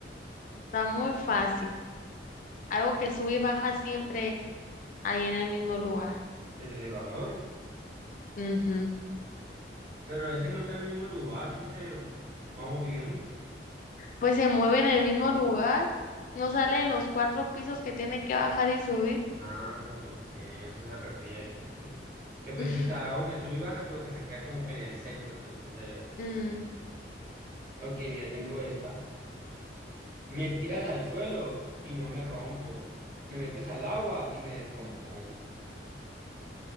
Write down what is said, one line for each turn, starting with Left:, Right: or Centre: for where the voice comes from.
Left: Está muy fácil. Algo que sube y baja siempre ahí en el mismo lugar.
Right: El elevador.
Left: Ujú.
Right: Pero ese no está en el mismo lugar, si se va moviendo.
Left: pues se mueve en el mismo lugar, no sale de los cuatro pisos que tiene que bajar y subir.
Right: Ah, ok, a eso se refiere, ok. Yo pensé
Left: <laughs>
Right: que estaba algo que sube y baja, pero que se queda como que en el centro, pues decía yo.
Left: Mm,
Right: Ok, mira, tengo esta. Me tiras al suelo y no me rompo. Me metes al agua y me descompongo.